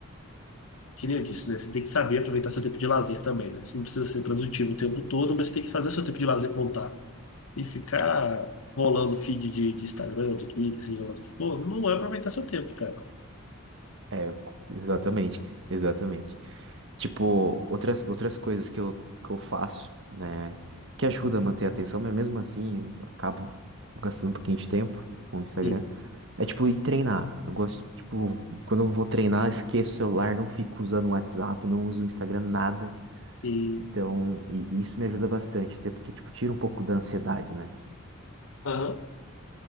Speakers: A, on the left (about 65°); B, on the right (about 55°).
A: que nem eu disse, né? Você tem que saber aproveitar seu tempo de lazer também, né? Você não precisa ser produtivo o tempo todo, mas você tem que fazer seu tempo de lazer contar. E ficar rolando feed de, de Instagram, de Twitter, seja lá do que for, não é aproveitar seu tempo, cara.
B: É, exatamente, cara, exatamente. Tipo, outras, outras coisas que eu, que eu faço, né, que ajuda a manter a atenção, mas mesmo assim, eu acabo gastando um pouquinho de tempo com o Instagram.
A: Sim,
B: É tipo ir treinar. Eu gosto, tipo, quando eu vou treinar, esqueço o celular, não fico usando o WhatsApp, não uso o Instagram, nada.
A: sim.
B: Então, e- e isso me ajuda bastante, até porque, tipo, tira um pouco da ansiedade, né?
A: Aham.